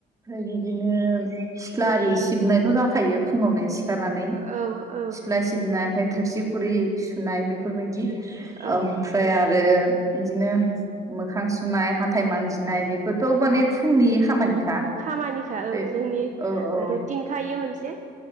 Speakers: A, on the right; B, on the right.
A: बिदिनो सिथ्ला आरि सिबनायथ जाखायो फुङावनो सि सिखारनानै
B: औ औ
A: सिथ्ला सिबना ओमफ्राय थोरसि खुरै सुनाय बेफोरबायदि
B: औ
A: ओमफ्राय
B: औ
A: आरो बिदिनो मोखां सुनाय हाथाइ मानजिनाय बेफोरथ माने फुंनि खामानिखा
B: खामानिखा औ
A: बे
B: जोंनि
A: औ औ
B: रुटिनखा इयो मोनसे